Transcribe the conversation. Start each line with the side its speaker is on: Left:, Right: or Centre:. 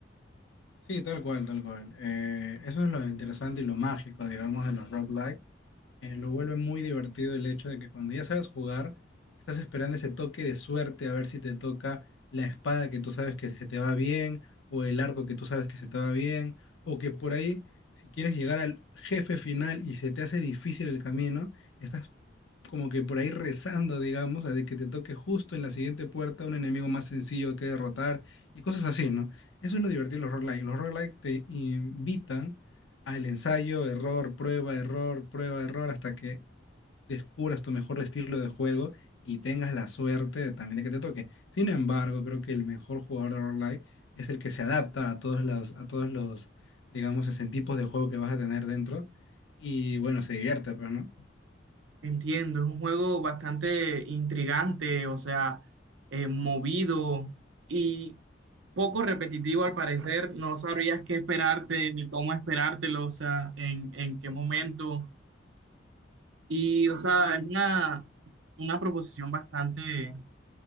Left: Sí, tal cual, tal cual. Eh, eso es lo interesante y lo mágico, digamos, de los roguelikes eh, lo vuelve muy divertido el hecho de que cuando ya sabes jugar, estás esperando ese toque de suerte a ver si te toca la espada que tú sabes que se te va bien, o el arco que tú sabes que se te va bien, o que por ahí, si quieres llegar al jefe final y se te hace difícil el camino, estás como que por ahí rezando, digamos, a de que te toque justo en la siguiente puerta un enemigo más sencillo que derrotar y cosas así, ¿no? Eso es lo divertido de los roguelike. Los roguelike te invitan Ah, el ensayo, error, prueba, error, prueba, error, hasta que descubras tu mejor estilo de juego y tengas la suerte también de que te toque. Sin embargo, creo que el mejor jugador de roguelike es el que se adapta a todos los, a todos los, digamos, ese tipos de juego que vas a tener dentro y bueno, se divierte, pues, ¿no?
Right: Entiendo, es un juego bastante intrigante, o sea, eh, movido y poco repetitivo al parecer. No sabrías qué esperarte ni cómo esperártelo, o sea, en, en qué momento. Y, o sea, es una, una proposición bastante